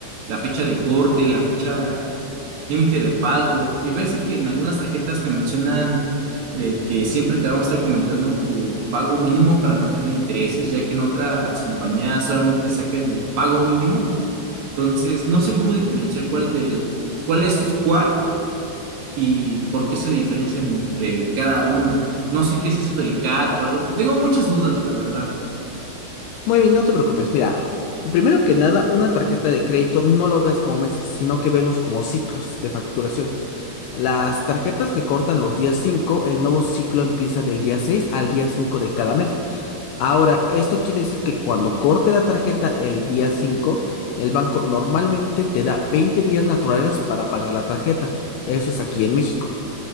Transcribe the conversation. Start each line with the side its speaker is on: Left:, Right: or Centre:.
Right: la fecha de corte, la fecha límite de pago. Y ves que en algunas tarjetas te mencionan de que siempre te van a estar comentando tu pago mínimo para no generar intereses, ya que en otras compañías solamente sacan el pago mínimo Entonces, no sé cómo diferenciar cuál del, cuál es cuál y por qué se diferencian entre cada una. No sé qué es eso del CAT o algo. Tengo muchas dudas, la verdad.
Left: Muy bien, no te preocupes. Mira, primero que nada, una tarjeta de crédito no lo veas como meses, sino que velos como ciclos de facturación. Las tarjetas que cortan los días 5, el nuevo ciclo empieza del día 6 al día 5 de cada mes. Ahora, esto quiere decir que cuando corte la tarjeta el día 5, el banco normalmente te da 20 días naturales para pagar la tarjeta. Eso es aquí en México.